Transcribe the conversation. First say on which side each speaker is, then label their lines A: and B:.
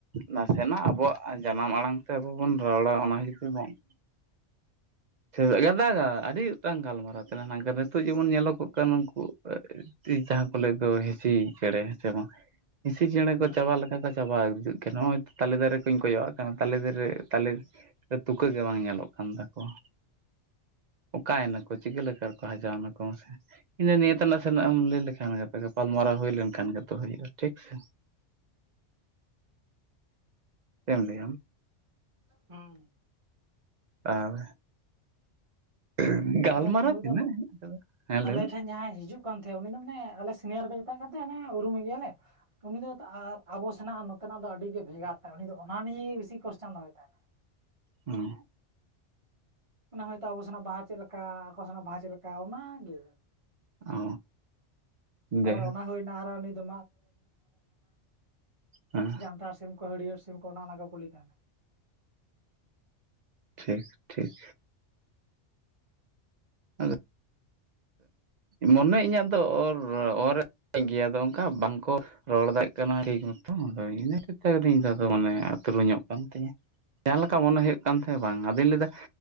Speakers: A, on the right (about 50°); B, on the right (about 30°).
A: ᱱᱟᱥᱮᱱᱟᱜ ᱟᱵᱚᱣᱟᱜ ᱡᱟᱱᱟᱢ ᱟᱲᱟᱝ ᱛᱮ ᱟᱵᱚ ᱵᱚᱱ ᱨᱚᱲᱟ ᱚᱱᱟ ᱜᱮᱛᱚ ᱦᱟᱸᱜ ᱥᱮ
B: ᱦᱩᱸ
A: ᱜᱟᱫᱟᱜᱟ ᱟᱹᱰᱤ ᱜᱚᱴᱟᱝ ᱜᱟᱞᱢᱟᱨᱟᱣ ᱛᱟᱦᱮᱱᱟ ᱱᱤᱛᱚᱜ ᱡᱮᱢᱚᱱ ᱧᱮᱞᱚᱜᱚᱜ ᱠᱟᱱᱟ ᱩᱱᱝᱠᱩ ᱡᱟᱦᱟᱸ ᱠᱚ ᱞᱟᱹᱭ ᱫᱚ ᱦᱤᱸᱥᱤ ᱪᱮᱬᱮᱸ ᱥᱮ ᱵᱟᱝ ᱦᱤᱸᱥᱤ ᱪᱮᱬᱮ ᱠᱚ
B: ᱦᱮᱸ
A: ᱪᱟᱵᱟ ᱞᱮᱠᱟ ᱠᱚ ᱪᱟᱵᱟ ᱦᱤᱡᱩᱜ ᱠᱟᱱᱟ ᱱᱚᱜ-ᱚᱭ ᱛᱚ ᱛᱟᱞᱮ ᱫᱟᱨᱮ ᱠᱚᱧ ᱠᱚᱭᱚᱜᱼᱟᱜ ᱠᱟᱱᱟ ᱛᱟᱞᱮ ᱫᱟᱨᱮ ᱛᱟᱞᱮ ᱥᱮ ᱛᱩᱠᱟᱹ ᱜᱮ ᱵᱟᱝ ᱧᱮᱞᱚᱜ ᱠᱟᱱ ᱛᱟᱠᱚᱣᱟ ᱚᱠᱟᱭ ᱮᱱᱟᱠᱚ ᱪᱤᱠᱟᱹ ᱞᱮᱠᱟ ᱨᱮᱠᱚ ᱦᱟᱡᱟᱣ ᱱᱟᱠᱚ ᱢᱟᱥᱮ ᱤᱱᱟᱹ ᱱᱤᱭᱟᱹ ᱛᱮᱱᱟᱜ ᱥᱮᱱᱚᱜ ᱮᱢ ᱞᱟᱹᱭ ᱞᱮᱠᱷᱟᱱ ᱜᱮ ᱜᱟᱯᱟᱞᱢᱟᱨᱟᱣ ᱦᱩᱭ ᱞᱮᱱᱠᱷᱟᱱ ᱜᱮᱛᱚ ᱦᱩᱭᱩᱜᱼᱟ ᱴᱷᱤᱠ ᱥᱮ ᱪᱮᱫ ᱮᱢ ᱞᱟᱹᱭᱼᱟ ᱟᱢ
B: ᱦᱩᱸ
A: ᱟᱨ ᱜᱟᱞᱢᱟᱨᱟᱣ
B: ᱟᱫᱚ ᱱᱩᱭ
A: ᱛᱤᱱᱟᱹᱜ
B: ᱫᱚ
A: ᱦᱮᱱᱟᱜ ᱟᱠᱟᱫᱟ ᱦᱮᱸ
B: ᱟᱞᱮ
A: ᱞᱟᱹᱭ ᱢᱮ
B: ᱴᱷᱮᱱ ᱡᱟᱦᱟᱸᱭ ᱦᱤᱡᱩᱜ ᱠᱟᱱ ᱛᱟᱦᱮᱸ ᱩᱱᱤ ᱫᱚ ᱢᱟᱱᱮ ᱟᱞᱮ ᱥᱤᱱᱤᱭᱟᱨ ᱜᱮ ᱢᱮᱛᱟᱭ ᱠᱟᱱ ᱛᱟᱦᱮᱸᱱ ᱚᱱᱟ ᱩᱨᱩᱢ ᱮᱜᱮᱭᱟᱞᱮ ᱩᱱᱤ ᱫᱚ ᱟᱵᱚ ᱥᱮᱱᱟᱜ ᱱᱚᱛᱮᱱᱼᱟᱜ ᱫᱚ ᱟᱹᱰᱤ ᱜᱮ ᱵᱷᱮᱜᱟᱨ ᱛᱟᱭ ᱩᱱᱤ ᱫᱚ ᱚᱱᱟ ᱱᱤᱭᱮ ᱵᱤᱥᱤ ᱠᱚᱥᱪᱟᱱ ᱫᱚᱦᱚᱭ ᱛᱟᱦᱮᱱ
A: ᱦᱩᱸ
B: ᱚᱱᱟ ᱦᱚᱭᱛᱳ ᱟᱵᱚ ᱥᱮᱱᱟᱜ ᱵᱟᱦᱟ ᱪᱮᱫ ᱞᱮᱠᱟ ᱟᱠᱚ ᱥᱮᱱᱟᱜ ᱵᱟᱦᱟ ᱪᱮᱫ ᱞᱮᱠᱟ ᱚᱱᱟ ᱜᱮ
A: ᱚ
B: ᱛᱟᱯᱚᱨᱮ
A: ᱡᱟᱭᱦᱳᱠ
B: ᱚᱱᱟ ᱦᱩᱭᱱᱟ ᱟᱨᱚ ᱱᱩᱭ ᱫᱚ
A: ᱦᱮᱸ
B: ᱡᱟᱱᱛᱷᱟᱲ ᱥᱤᱢ ᱠᱚ ᱦᱟᱹᱲᱭᱟᱹᱨ ᱥᱤᱢ ᱠᱚ ᱚᱱᱮ ᱚᱱᱟ ᱠᱚ ᱠᱩᱞᱤ ᱛᱟᱦᱮᱱᱟ
A: ᱴᱷᱤᱠ ᱴᱷᱤᱠ ᱟᱫᱚ ᱢᱚᱱᱮ ᱤᱧᱟᱹᱜ ᱫᱚ ᱚᱨ ᱚᱨᱮᱫ ᱜᱮᱭᱟ ᱟᱫᱚ ᱚᱱᱠᱟ ᱵᱟᱝ ᱠᱚ ᱨᱚᱲ ᱫᱟᱲᱮᱜ ᱠᱟᱱᱟᱭ ᱴᱷᱤᱠ ᱢᱚᱛᱚ ᱟᱫᱚ ᱤᱱᱟᱹ ᱠᱟᱛᱮ ᱟᱹᱰᱤ ᱫᱚ ᱢᱚᱱᱮ ᱩᱛᱨᱩᱧᱼᱚᱜ ᱠᱟᱱ ᱛᱤᱧᱟᱹ ᱡᱟᱦᱟᱸ ᱞᱮᱠᱟ ᱢᱚᱱᱮ ᱦᱩᱭᱩᱜ ᱠᱟᱱ ᱛᱟᱦᱮᱸ ᱵᱟᱝ ᱟᱫᱚᱧ ᱞᱟᱹᱭᱫᱟ